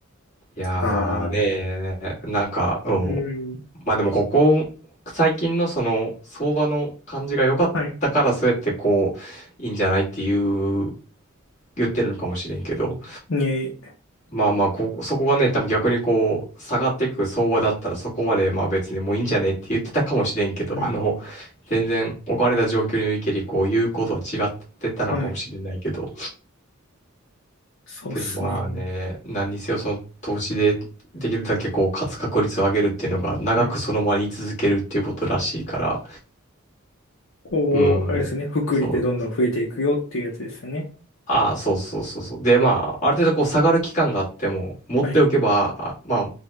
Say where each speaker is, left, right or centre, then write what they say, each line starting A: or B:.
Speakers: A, on the left; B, on the left.
A: いや
B: ああ
A: ーねー、なんか、うん。
B: うん。
A: まあでもここ、最近のその、相場の感じが良かったから、
B: はい。
A: そうやってこう、いいんじゃないっていう、言ってるのかもしれんけど、
B: ね、
A: まあまあ、こ、そこがね、多分逆にこう、下がってく相場だったらそこまでまあ別にもういいんじゃねって言ってたかもしれんけど、
B: はい。
A: あの、全然置かれた状況においけり、こう、言うことは違ってたのかもしれないけど、
B: はい。そうですね。
A: けどまあね、何にせよその投資でできるだけこう、勝つ確率を上げるっていうのが長くその場に居続けるっていうことらしいから、
B: はい。こう、
A: うん、
B: あれですね。福利でどんどん増えていくよっていうやつですよね。
A: そう、ああ、そうそうそうそう。で、まあ、ある程度こう下がる期間があっても、持っておけば、
B: はい。
A: あまあ、